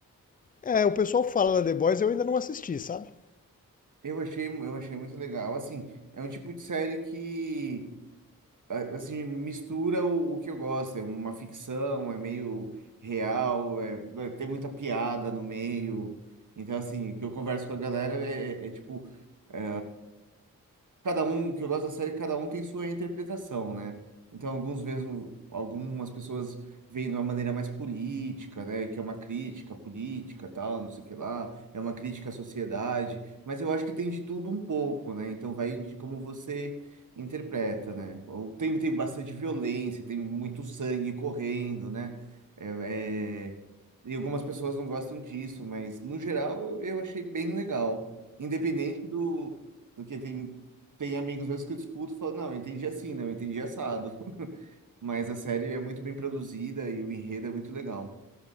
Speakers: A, on the left (about 25°); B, on the right (about 60°).
A: É, o pessoal fala da The Boys, eu ainda não assisti, sabe?
B: Eu achei, eu achei muito legal. Assim, é um tipo de série que a- assim, mistura o, o que eu gosto. É uma ficção, é meio real, é, é- tem muita piada no meio. Então, assim, o que eu converso com a galera é, é- é tipo. é, cada um, o que eu gosto da série, cada um tem sua interpretação, né? Então, alguns vezes, algumas pessoas veem de uma maneira mais política, né? Que é uma crítica política, tal, não sei o que lá. É uma crítica à sociedade. Mas eu acho que tem de tudo um pouco, né? Então, vai de como você interpreta, né? Ou tem, tem bastante violência, tem muito sangue correndo, né? É, é, E algumas pessoas não gostam disso, mas no geral eu, eu achei bem legal. Independente do, do que tem, tem amigos meus que eu discuto e falo, não, eu entendi assim, não, eu entendi assado. <laughs> Mas a série é muito bem produzida e o enredo é muito legal.